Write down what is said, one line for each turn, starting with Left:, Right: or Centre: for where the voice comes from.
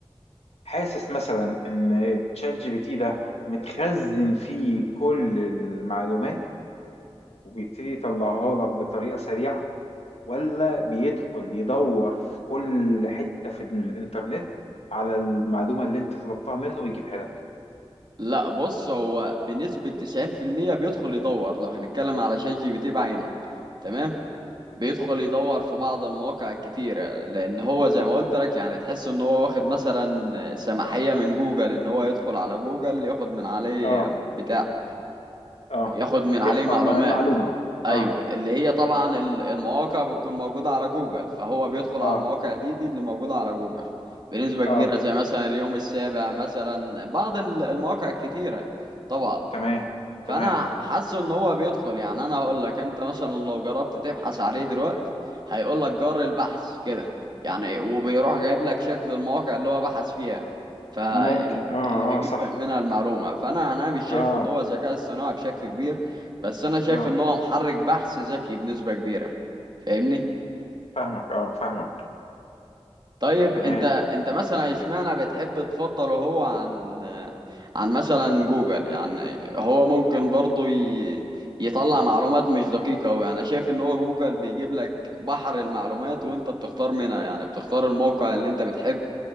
Left: حاسس مثلا ان تشات جي بي تي ده متخزن فيه كل المعلومات وبيبتدي يطلعها لك بطريقه سريعه ولا بيدخل يدور في كل حته في الانترنت على المعلومه اللي انت طلبتها منه ويجيبها لك
Right: لا بص هو بنسبة 90% بيدخل يدور لو هنتكلم على شات جي بي تي بعينه تمام بيدخل يدور في بعض المواقع الكتيرة لأن هو زي ما قلت لك يعني تحس إن هو واخد مثلا سماحية من جوجل إن هو يدخل على جوجل ياخد من عليه
Left: اه
Right: بتاع
Left: اه
Right: ياخد من
Left: يختار
Right: عليه معلومات
Left: مع المعلومه
Right: أيوه
Left: اه
Right: اللي هي طبعا ال- المواقع بتكون موجودة على جوجل فهو بيدخل
Left: اه
Right: على المواقع دي دي اللي موجودة على جوجل بنسبة
Left: اه
Right: كبيرة زي مثلا اليوم السابع مثلا بعض ال- المواقع الكتيرة طبعا
Left: تمام
Right: فانا
Left: تمام
Right: حاسه ان هو بيدخل يعني انا هقول لك انت مثلا لو جربت تبحث عليه دلوقتي هيقول لك جر البحث كده يعني وبيروح جايب لك شكل المواقع اللي هو بحث فيها فاللي
Left: ممكن اه
Right: بيجيب
Left: اه صح
Right: منها المعلومة فانا انا مش شايف
Left: اه
Right: ان هو ذكاء اصطناعي بشكل كبير بس انا شايف
Left: اه
Right: ان هو محرك بحث ذكي بنسبة كبيرة فاهمني
Left: فاهمك اه فاهمك
Right: طيب
Left: تمام
Right: انت انت مثلا اشمعنى بتحب تفضله هو عن عن مثلا جوجل يعني هو ممكن برضه ي... يطلع معلومات مش دقيقة أوي يعني شايف ان هو جوجل بيجيب لك بحر المعلومات وانت بتختار منها يعني بتختار الموقع اللي انت بتحب